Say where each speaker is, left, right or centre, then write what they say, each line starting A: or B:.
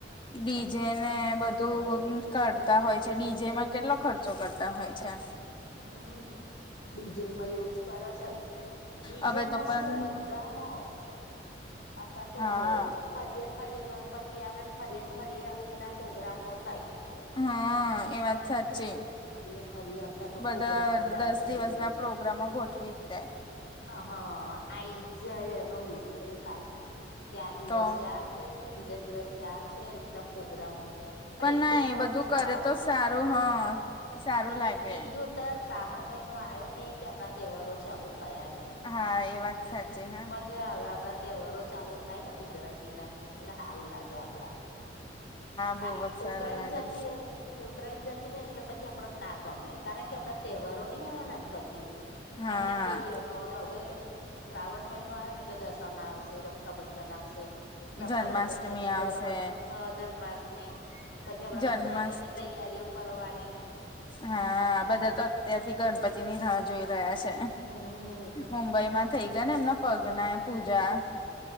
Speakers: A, on the left (about 25°); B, on the left (about 80°).
A: ડીજે ને બધું
B: રે
A: કરતા હોય છે
B: હમ
A: ડીજેમાં કેટલો ખર્ચો કરતા હોય છે
B: હમ ડીજેમાં એવું જ કરે છે ને ડીજેમાં
A: હવે તો પણ
B: શું બધામાં અતા તો
A: હા
B: ફરી ફરીએ ગણપતિ આવે ને ફરી ને ફરી આવી રીતના પ્રગ્રામો થાય
A: હા
B: હમ
A: એ વાત સાચી
B: ફરીએ ફરીએ અતાર તો
A: બધા
B: પ્રોગ્રામો ચાલુ
A: દસ
B: થઈ
A: દિવસ
B: જાય
A: ના
B: છે
A: પ્રોગ્રામો ગોઠવી જ દે
B: હા આ ઈજ એ એનોલિસ્ટ એ પાછું ક્યા દિવસે
A: તો
B: આજ બીજા દિવસે આ છે એવી રીતના પ્રગ્રામો પણ એટલું
A: ના
B: ખરું
A: એ બધું
B: સાાવ
A: કરે તો સારું
B: હમ
A: હ સારું લાગે
B: એ એક જોતા શ્રાવણ મહિનો આવ્યો ને કે આપડા તહેવારો ચાલુ થયા નહી.
A: હા એ વાત સાચી હા.
B: હવે આપડા તહેવારો ચાલુ થાય ને ગુજરાતી ના એટલે સારું લાગે આપડા
A: બહુ
B: હા
A: જ સારું
B: ઉતરાયણ
A: લાગે
B: જતી રે ને ઉત્તરાયને જતી ને એટલે પછી આપડ ના ગમે કારણ કે આપડા તહેવારો નહી આવવાના પછી.
A: હા
B: એમ નમ બેહેરીવાનુ ન અને હવે શ્રાવણ મહિનો આવેને એટલે દશામાં આવશે રક્ષાબંધન આવશે રક્ષાબંધન
A: જન્માષ્ટમી
B: પછી ગણપતી
A: આવશે
B: જન્માષ્ટમી પછી આપણા
A: જન્મસ
B: ગણપતિની તૈયારીઓ કરવાની
A: હા બધા તો અત્યારથી ગણપતિ ની રાહ જોઈ રહ્યા છે,
B: હમ હમ
A: મબઈ બઈમાં થઈ ગયા ને એમના પગના પૂજા